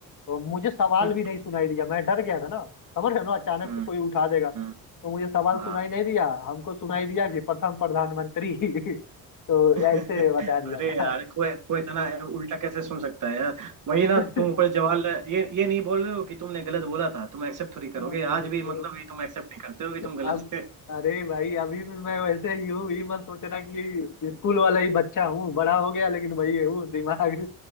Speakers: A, on the left (about 60°); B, on the right (about 60°).
A: तो मुझे सवाल
B: हम्म
A: भी नहीं सुनाई दिया मैं डर गया था ना समझ रहे हो ना अचानक
B: हम्म,
A: से कोई उठा देगा तो
B: हम्म,
A: मुझे सवाल
B: हाँ
A: सुनाई नहीं दिया हमको सुनाई दिया कि प्रथम प्रधानमंत्री <laughs> तो
B: <laughs>
A: ऐसे बता दिया
B: अरे
A: था
B: यार कोई कोई इतना उल्टा कैसे सुन सकता है यार वही
A: <laughs>
B: ना तुम ऊपर जवाहरलाल ये ये नहीं बोल रहे हो कि तुमने गलत बोला था तुम एक्सेप्ट थोड़ी
A: हम्म,
B: करोगे आज भी मतलब ये तुम एक्सेप्ट नहीं करते हो कि
A: अब
B: तुम गलत
A: अरे भाई अभी भी मैं वैसे ही हूँ ये मत सोचना कि स्कूल वाला ही बच्चा हूँ बड़ा हो गया लेकिन वही हूँ दिमाग